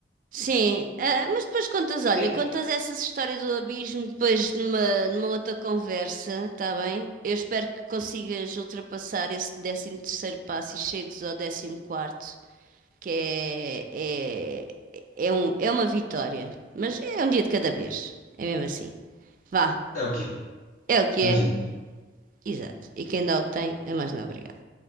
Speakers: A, on the right; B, on the left.
A: Sim, ah, mas depois contas,
B: Sim.
A: olha, contas essas histórias do abismo depois numa, numa outra conversa, tá bem? Eu espero que consigas ultrapassar esse décimo terceiro passo e chegues ao décimo quarto, que é, é, é, um, é uma vitória, mas é um dia de cada vez, é mesmo assim. Vá,
B: É o quê?
A: é o que
B: Beijinhos.
A: é, exato. E quem dá o que tem é mais não obrigado.